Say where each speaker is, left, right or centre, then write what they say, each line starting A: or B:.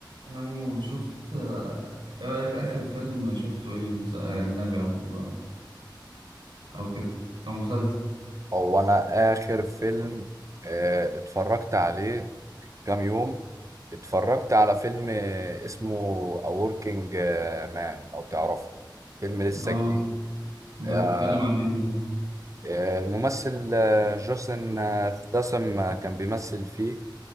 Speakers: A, on the right (about 70°); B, on the right (about 40°).
A: انا مو شفت آه، ايه رايك اخر فيلم شفته ايه مس- اجنبي او او كده او مسلسل
B: هو انا اخر فيلم آه، اتفرجت عليه كام يوم اتفرجت على فيلم آه، اسمه A Working آه، Man لو تعرفه فيلم لسه
A: اه
B: جديد
A: ده
B: آه،
A: بيتكلم عن ايه ده
B: آه، الممثل آه، جوسن آه، ستاثام آه، كان بيمثل فيه